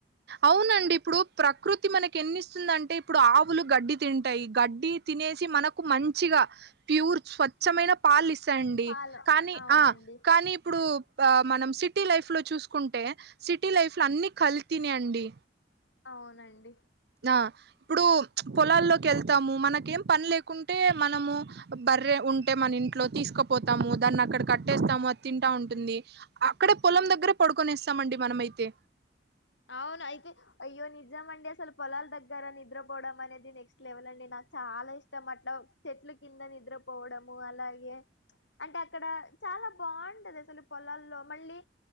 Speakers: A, on the right; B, on the left.
A: అవునండి ఇప్పుడు ప్రకృతి మనకి ఎన్ని ఇస్తుందంటే ఇప్పుడు ఆవులు గడ్డి తింటయి. గడ్డి తినేసి మనకు మంచిగా ప్యూర్ స్వచ్చమైన పాలుస్త వచ్చండి
B: పాలు
A: కానీ
B: అవునండి
A: ఆ కానీ ఇప్పుడు ఆ మనం సిటీ లైఫ్ లో చూసుకుంటే సిటీ లైఫ్లో అన్ని కల్ తినె అండి
B: అవునండి
A: ద ఇప్పుడు పొలాల్లోకి వెళ్తాము మనకేం పని లేకుంటే మనము బర్రె ఉంటే మన ఇంట్లో తీసుకుపోతాము దాన్ని అక్కడ కట్టేస్తాము తింటా ఉంటుంది అక్కడే పొలం దగ్గర పడుకొనేస్తామండి మనమయితే
B: అవును అయితే అయ్యో నిజం అండి అసలు పొలాల దగ్గరని నిద్రపోవడం అనేది నెక్స్ట్ లెవెల్ అండి నాకు చాలా ఇష్టం అట్ల చెట్ల కింద నిద్రపోవడము అలా అంటే అక్కడ చాలా బాగుంటది అసలు పొలాల్లో మళ్ళీ